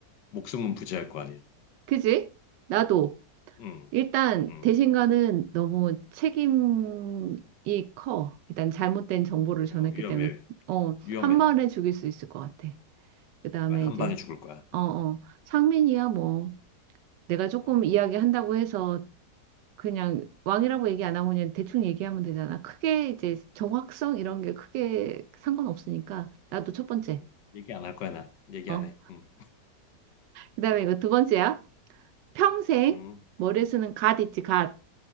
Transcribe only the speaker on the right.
그지? 나도.
일단
대신가는 너무 책임이 커. 일단 잘못된 정보를 전했기
때문에 어,
한 번에 죽일 수 있을 것 같아.
그다음에
이제
어,
어, 상민이야 뭐 내가 조금
이야기한다고 해서 그냥 왕이라고 얘기 안 하고 그냥 대충 얘기하면 되잖아. 크게 이제 정확성 이런 게 크게 상관없으니까 나도 첫 번째.
어.
그다음에 이거 두 번째야. 평생
머리에 쓰는 갓 있지, 갓.